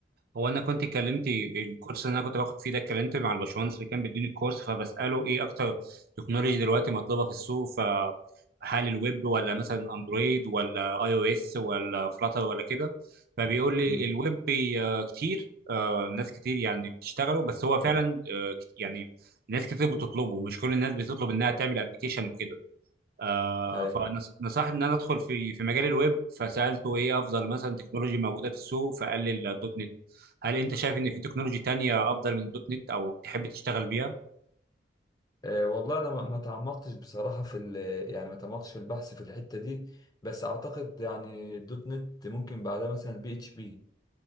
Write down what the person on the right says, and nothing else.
هو انا كنت اتكلمت الكورس اللي انا كنت باخد فيه ده اتكلمت مع الباشمهندس اللي كان بيديني الكورس فبساله ايه اكتر تكنولوجي دلوقتي مطلوبه في السوق فهل الويب ولا مثلا اندرويد ولا اي او اس ولا فلاتر ولا كده فبيقول لي
الويب بي- آه، كتير آه، ناس كتير يعني بتشتغله بس هو فعلا آه، كت- يعني ناس كتير بتطلبه مش كل الناس بتطلب انها تعمل ابلكيشن وكده آه
فنصحني ان انا ادخل في في مجال الويب فسالته ايه افضل مثلا تكنولوجي موجوده في السوق فقال لي الدوت نت هل انت شايف ان في تكنولوجي تانية افضل من الدوت نت او تحب تشتغل بيها